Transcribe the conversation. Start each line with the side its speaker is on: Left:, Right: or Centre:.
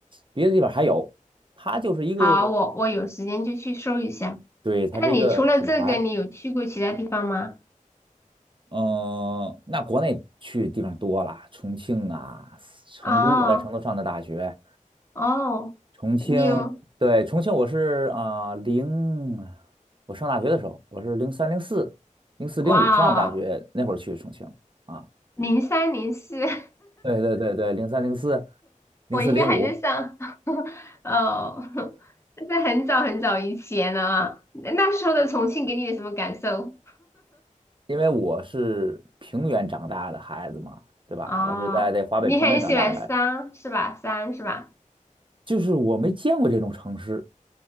Right: 别的地方还有，它就是一个，
Left: 好，我我有时间就去搜一下。
Right: 对，它是一个品牌。
Left: 那你除了这个，你有去过其他地方吗？
Right: 嗯，那国内去地方多了，重庆啊，成都，
Left: 哦
Right: 我在成都上的大学。
Left: 哦，
Right: 重庆，
Left: 你有
Right: 对，重庆，我是啊零、我上大学的时候，我是零三零四、零四零五上的大学，
Left: 哇哦，
Right: 那会儿去重庆啊，
Left: 零三零四，<laughs>
Right: 对对对对，零三零四、零四零五，
Left: 我应该还在上 <laughs> 哦，<laughs> 那是很早很早以前了。那那时候的重庆给你有什么感受？
Right: 因为我是平原长大的孩子嘛，对吧？
Left: 哦，
Right: 我是在这华北平原长大的，
Left: 你很喜欢山是吧？山是吧？
Right: 就是我没见过这种城市，